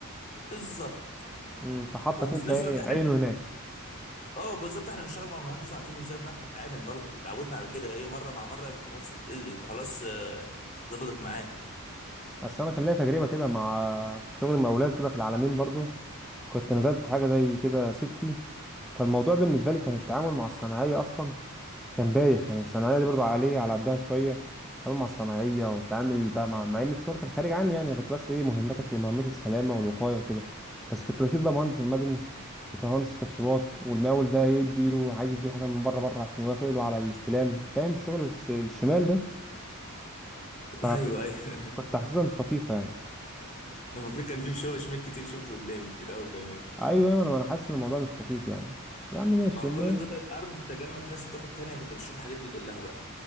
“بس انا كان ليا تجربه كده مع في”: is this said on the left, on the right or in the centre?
Centre